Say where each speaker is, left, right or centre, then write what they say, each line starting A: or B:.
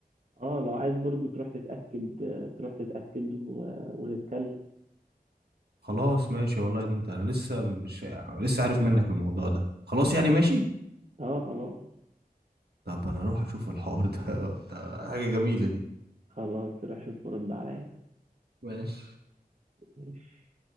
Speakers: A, on the right; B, on the right.
A: اه لو عايز برضو تروح تتأكد آه، تروح تتأكد و... ونتكلم
B: خلاص ماشي والله ده انت انا لسه مش لسه عارف منك الموضوع ده خلاص يعني ماشي
A: اه خلاص
B: طب انا اروح اشوف الحوار ده <laughs> ده حاجة جميلة دي
A: خلاص روح شوف ورد عليا
B: ماشي
A: ماشي